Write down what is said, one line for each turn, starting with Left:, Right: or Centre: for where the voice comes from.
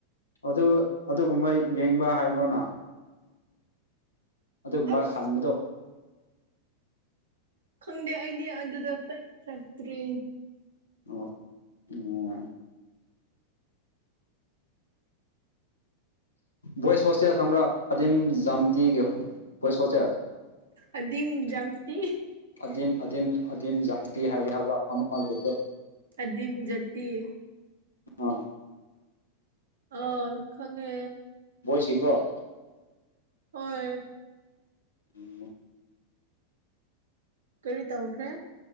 Left: ꯑꯗꯨ ꯑꯗꯨꯒꯨꯝꯕ ꯌꯦꯡꯕ ꯍꯥꯏꯕ꯭ꯔꯣꯅ ꯑꯗꯨꯒꯨꯝꯕ
Right: ꯑꯁ
Left: ꯍꯟꯕꯗꯣ
Right: ꯈꯪꯗꯦ ꯑꯩꯗꯤ ꯑꯗꯨꯗ ꯄꯛ ꯆꯛꯇ꯭ꯔꯤ
Left: ꯑꯣ ꯑꯣꯝ ꯕꯣꯏꯁ ꯍꯣꯁꯇꯦꯜ ꯈꯪꯕ꯭ꯔꯥ ꯑꯗꯤꯝ ꯖꯥꯝꯇꯤꯒꯤ ꯕꯣꯏꯁ ꯍꯣꯁꯇꯦꯜ
Right: ꯑꯗꯤꯝ ꯝꯇꯤ
Left: ꯑꯗꯤꯝ ꯑꯗꯤꯝ ꯑꯗꯤꯝ ꯖꯥꯟꯇꯤ ꯍꯥꯏꯕ ꯍꯥꯏꯕ ꯑꯃ ꯂꯩꯕꯗꯣ
Right: ꯑꯗꯨꯗꯤꯝꯖꯗꯤꯤ
Left: ꯑ
Right: ꯑꯥ ꯈꯪꯉꯦ
Left: ꯚꯣꯏꯁꯤꯀꯣ
Right: ꯍꯣꯏ
Left: ꯎꯝ
Right: ꯀꯔꯤ ꯇꯧꯈ꯭ꯔꯦ